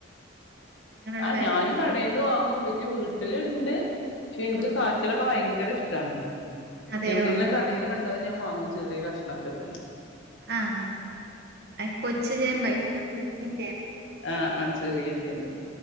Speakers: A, on the right; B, on the left.
A: അങ്ങനെയുള്ള
B: ആ
A: കാര്യങ്ങളൊന്നുമില്ല
B: ഞാനും കടയിൽന്ന് വാങ്ങും പി ന്നെ വീട്ടില്ണ്ട്. പക്ഷെ എനിക്ക്
A: ഉം
B: കാച്ചലൊക്കെ ഭയങ്കര ഇഷ് ട്ടാണ്.
A: അതെയോ
B: എവിടെയെങ്കിലും കടയിൽ
A: ആഹ്
B: കണ്ടാലും ഞാൻ വാങ്ങും. ചെറിയ കഷണം ക്കെത്തന്നെ
A: ആ ആ ആ അ കൊച്ച <unintelligible> <unintelligible>
B: ആഹ് ആഹ് ചെറിയ ചേമ്പ്